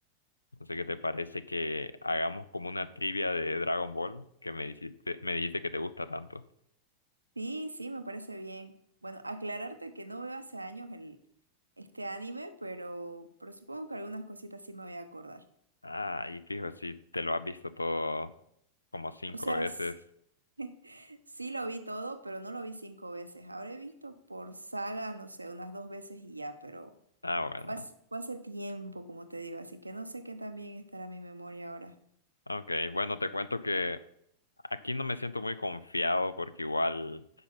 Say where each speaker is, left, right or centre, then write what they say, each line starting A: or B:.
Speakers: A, on the left; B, on the right.
A: No sé qué te parece que hagamos como una trivia de Dragon Ball que me dijiste, me dijiste que te gusta tanto.
B: Sí, sí, me parece bien. Bueno, aclararte que no veo hace años el, este anime, pero, pero supongo que algunas cositas sí me voy a acordar.
A: Ah, y fijo, si te lo has visto todo como cinco
B: O sea,
A: veces.
B: s- <laughs> sí lo vi todo, pero no lo vi cinco veces. Habré visto por saga, no sé, unas dos veces y ya, pero
A: Ah, bueno.
B: fue hace, fue hace tiempo, como te digo, así que no sé qué tan bien estará mi memoria ahora.
A: Ok, bueno, te cuento que aquí no me siento muy confiado porque igual